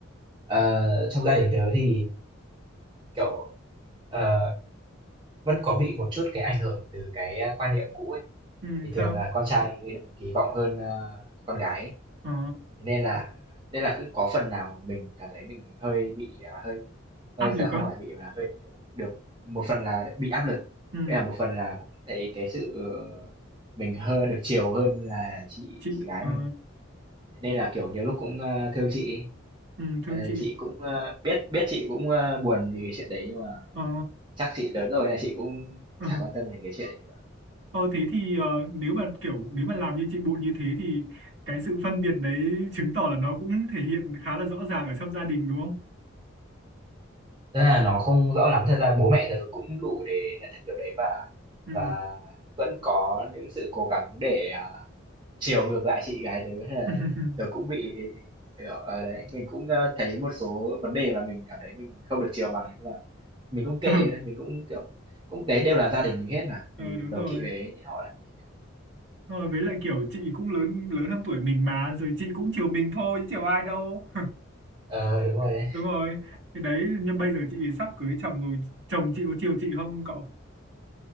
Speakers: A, on the right (about 25°); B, on the right (about 60°).
A: ờ, trong gia đình tớ thì kiểu ờ, vẫn có bị một chút cái ảnh hưởng từ cái ờ, quan niệm cũ ấy
B: ừ,
A: Thì thường
B: sao
A: là con trai kỳ vọng hơn, ơ, con gái ấy,
B: Ờ,
A: thế nên là nên là cũng có phần nào mình cảm thấy mình hơi bị, à, hơi hơi
B: áp lực
A: thật không
B: á
A: phải bị mà hơi được được một phần là bị áp lực,
B: ừ.
A: với là một phần là cũng thấy cái sự, ờ, mình hơi được chiều hơn là chị
B: chị
A: chị gái
B: ờ,
A: mình ấy. Thế nên là, kiểu, nhiều lúc cũng, ơ, thương chị ấy,
B: ừ, thương
A: ờ,
B: chị
A: chị cũng, ơ, biết biết chị cũng, ơ, buồn vì cái chuyện đấy nhưng mà
B: ờ,
A: chắc chị lớn rồi nên là chị cũng
B: ờ.
A: chả quan tâm đến cái chuyện đấy nữa.
B: Ờ, thế thì ờ, nếu mà kiểu nếu mà làm như chị Bụi như thế thì cái sự phân biệt đấy chứng tỏ là nó cũng thể hiện khá là rõ ràng ở trong gia đình đúng không
A: Thế là nó không rõ lắm, thật ra bố mẹ tớ cũng đủ để nhận thức điều đấy và
B: ừ
A: Và vẫn có những sự cố gắng để, à, chiều ngược lại chị gái tớ hay là
B: <laughs>
A: tớ cũng bị, ở ờ, đấy, mình cũng, ơ, thấy một số vấn đề mà mình cảm thấy mình không được chiều bằng, nhưng mà mình cũng kệ
B: ừ,
A: thôi, mình cũng, kiểu cũng đấy đều là gia đình mình hết mà,
B: ừ
A: mình
B: đúng
A: đố
B: rồi
A: kỵ với họ làm gì nhỉ?
B: rồi với lại kiểu chị cũng lớn lớn hơn tuổi mình mà rồi chị cũng chiều mình thôi chứ chiều ai đâu
A: Ờ, đúng rồi
B: <laughs>
A: đấy.
B: đúng rồi thì đấy nhưng bây giờ chị sắp cưới chồng rồi chồng chị có chiều chị không cậu